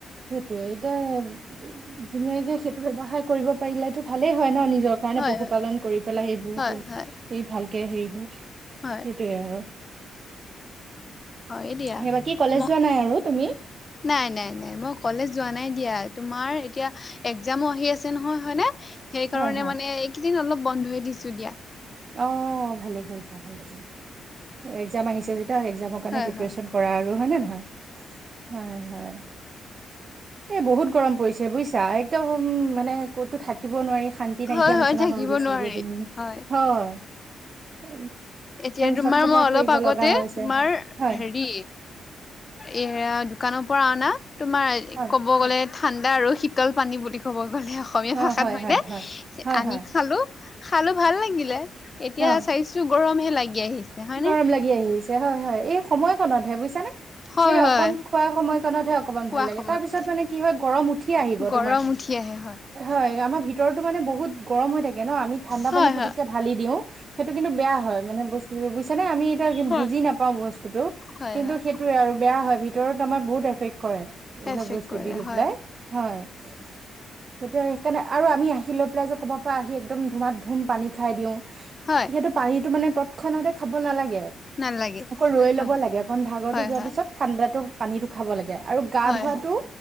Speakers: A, on the right; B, on the left.
A: সেইটোৱে এ ধুনীয়াকে সেইটো ব্যৱসায় কৰিব পাৰিল টো ভালে হয় ন নিজ নি যৰ কাৰণে
B: হয়
A: পশুপালন কৰি পেলাই সবোৰ
B: হয়
A: কৰি
B: হয়
A: ই ভালকে হেৰি হয় সেইটোৱে
B: হয়
A: আৰু
B: হয় দিয়া
A: সেইবাকী কলেজ
B: ম
A: যোৱা নাই আৰু তুমি
B: নাই নাই নাই মই কলেজ যোৱা নাই দিয়া তোমাৰ এতিয়া একজামো আহি আছে নহয় হয়নে সেইকাৰণে
A: হয়, হয়,
B: মানে এইকেইদিন অলপ বন্ধয়ে দিছো দিয়া
A: অ ভালে কৰিছা ভালে কৰিছা এক্জাম আহিছে যেতিয়া একজামৰ কাৰণে
B: হয়
A: প্ৰিপেশৰচন
B: হয়
A: কৰা আৰু হয় ন নহয় হয় হয় এ বহুত গৰম পৰিছে বুজিছা একদম মানে ক'তো থাকিব নোৱাৰি শান্তি নাইকি
B: হয়
A: আলোচনা
B: হয় থাকিব
A: হৈ গৈছেগেইদিন
B: নোৱাৰি হয়
A: <unintelligible>
B: এতিয়া তোমাৰ
A: চটফটাই
B: মই অলপ
A: পৰিব
B: আগতে
A: লগা হৈছে
B: তোমাৰ
A: হয়
B: হেৰি এৰা দোকানৰ পৰা অনা তুমাৰ
A: হয়
B: ক'ব গ'লে ঠাণ্ডা আৰু শীতল পানী বুলি ক'ব গলে অসমীয়া
A: অ
B: ভাষাত
A: হয়
B: হয়নে
A: হয় হয় হয়
B: আনি
A: হয়
B: খালো খালো ভাল লাগিলে এতিয়া
A: অ
B: চাইছো গৰমহে লাগি আহিছে হয়নে?
A: গৰম লাগি আহিছে হয় হয় এই সময়কণতহে বুজিছানে
B: হয়
A: সেই
B: হয়
A: অকন খোৱা সময় কণতহে অকমান
B: খোৱা
A: ভাল লাগে
B: সময়ত
A: তাৰ পিছত মানে কি হয় গৰম উঠি আহিব
B: গৰম
A: তোমাৰ
B: উঠি আহে
A: হয় আমাৰ ভিত ভিতৰতো মানে বহুত গৰম হৈ থাকে ন আমি ঠাণ্ডা
B: হয়
A: পানী পুকে
B: হয়
A: ঢালি দিও সেইটো কিন্তু বেয়া হয় মানে বস্ত বুজিছানে আমি এতিয়া
B: হয়
A: বুজি নাপাওঁ বস্তুতটো
B: হয়
A: কিন্তু
B: হয়
A: সেইটোয়ে আৰু বেয়া হয় ভিতৰত আমাৰ বহুত এফেক্ট কৰে এইবিলাক
B: এফেক্ট
A: বস্তু
B: কৰে
A: দি ল
B: হয়।
A: পেলাই হয় সেইটোে সেইকাৰণে আৰু আমি আহি লৈ পেলাই যে ক'ব পৰা আহি একদম ধুমাত ধুম পানী খাই দিওঁ সিহঁতো
B: হয়
A: পানীতটো মানে তৎক্ষণাতে খাব নালাগে আকৌ
B: নালাগে
A: ৰৈ
B: হয়
A: ল'ব লাগে অণ ভাগৰৰতো
B: হয়
A: যোৱাৰ
B: হয়
A: পিছত ঠাণ্ডাতো পানীতো খাব লাগে আৰু গা
B: হয়
A: ধুৱাতটো
B: হয়